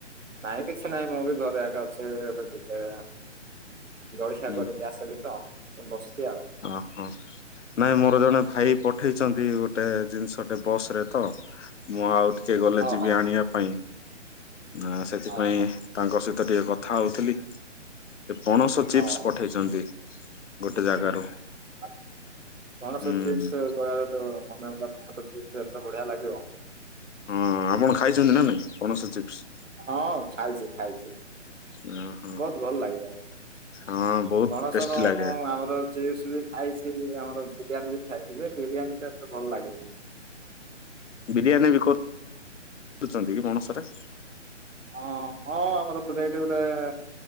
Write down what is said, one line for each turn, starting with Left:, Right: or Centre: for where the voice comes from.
Right: ନାଇଁ କିଛି ନାହିଁ, ମୁଁ ବି ଘରେକା ଅଛି ଏବେ ଟିକେ। ଜଳିଖିଆ
Left: ହୁଁ
Right: କରିକି ଆସିଲି ତ ମୁଁ ବଶ୍ଚି ଆଉ।
Left: ଅ ହୋ। ନାଇଁ ମୋର ଜଣେ ଭାଇ ପଠେଇଚନ୍ତି ଗୋଟେ ଜିନିଷଟେ ବସ୍ ରେ ତ। ମୁଁ ଆଉ ଟିକେ ଗଲେ
Right: ହଁ
Left: ଯିବି
Right: ହଁ
Left: ଆଣିବା ପାଇଁ, ଆ ସେଥିପାଇଁ
Right: ହଁ ହଁ
Left: ତାଙ୍କ ସହିତ ଟିକେ କଥା ହଉଥିଲି, ସେ ପଣସ ଚିପ୍ସ
Right: ହଁ ହଁ
Left: ପଠେଇଚନ୍ତି
Right: ହଁ।
Left: ଗୋଟେ ଜାଗାରୁ।
Right: ଆଚ୍ଛା ପଣସ
Left: ହୁଁ।
Right: ଚିପ୍ସ କହିବାକୁ ଗଲେ ମନେ ହେଲା ପଣସ ଚିପ୍ସ ଏତେ ବଢିଆ ଲାଗିବ।
Left: ହଁ ଆପଣ ଖାଇଚନ୍ତି ନା ନାଇଁ ପଣସ ଚିପ୍ସ?
Right: ହଁ ଖାଇଛି-ଖାଇଛି।
Left: ଓହୋ
Right: ବହୁତ୍ ଭଲ ଲାଗିବ,
Left: ହଁ ବହୁତ
Right: ପଣସର
Left: ଟେଷ୍ଟି ଲାଗେ
Right: ମୁଁ ଆମର ଚିପ୍ସ ବି ଖାଇଛି, ଆମର ବିରିୟାନୀ ବି ଖାଇଥିଲି ବିରିୟାନୀ ଟା ଏତେ ଭଲ୍ ଲାଗେନି।
Left: ବିରିୟାନୀ ବି କରୁଚନ୍ତି ପଣସ ରେ?
Right: ହଁ-ହଁ ଆମର ଗୋଟାଏ ଏଇଠି ଗୋଟାଏ